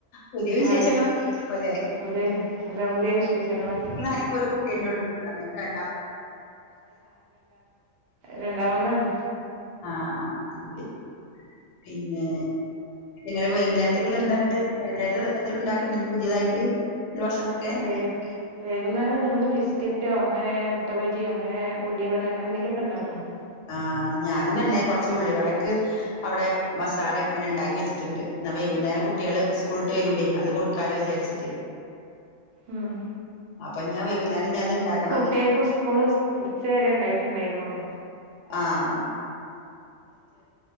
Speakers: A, on the left (about 70°); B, on the right (about 60°).
A: പുതിയ വിശേഷങ്ങളൊക്കെഇപ്പോല്ലെ
B: അതെ പുതിയ അതെ പുതിയ വിശേഷങ്ങളൊക്കെ
A: എനിക്ക കുട്ടിയഞ്ഞേ ഒള്ളുന്നാണ് രണ്ടാമ
B: രണ്ടാമതാണ്
A: ആഹ് അത് ശെരി പിന്നെ വേറെ വൈകുന്നേരത്തേക്ക്ഉള്ളത് എന്താന്നട്ട് വൈകുന്നേരതക്ക് ഇനി എന്തേലും ഉണ്ടാക്കുണ്ടോ പുതിയതായിട്ട് ഭക്ഷണൊക്കെ
B: വേ വൈകുന്നേരം നമ്മള് ബിസ്ക്കറ്റോ അങ്ങനെ മുട്ട ബജിയോ അങ്ങനെ ഉള്ളിവടെ അങ്ങനെ എന്തെങ്കിലൊക്കെ ഉണ്ടാക്കും
A: ആഹ് ഞാനും തന്നെ കുറച് ഉള്ളി വടക്ക് അവിടെ മസാല ഇങ്ങനെ ഉണ്ടാക്കി വെച്ചിട്ടുണ്ട്. എന്ന വൈകുന്നേരം കുട്ടികൾ സ്കൂൾ വിട്ട് വരുമ്പോയി അത് കൊടുക്കാലോ വിചാരിച്ചിട്ടേ
B: ഉം
A: അപ്പൊ ഞ്ഞി ഞാൻ വൈകുന്നേരം ഞാൻ അത് ഇണ്ടാക്കണം
B: കുട്ടിയാൾക്ക് സ്കൂള് ഉച്ചവരെ ഉണ്ടായിട്ടുണ്ടായിരുന്നുള്ളു
A: ആഹ്